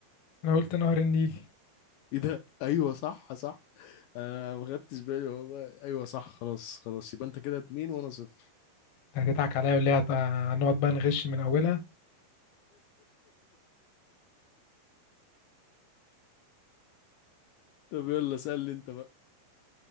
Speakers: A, on the left (about 65°); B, on the left (about 75°).
A: انا قلت نهر النيل
B: ايه ده ايوه صح صح انا ما خدتش بالي والله ايوه صح خلاص خلاص يبقى انت كده اتنين وانا صفر
A: أنت هتضحك عليا ولا إيه؟ هت- هنقعد بقى نغش من اولها
B: طب يلا سألني انت بقى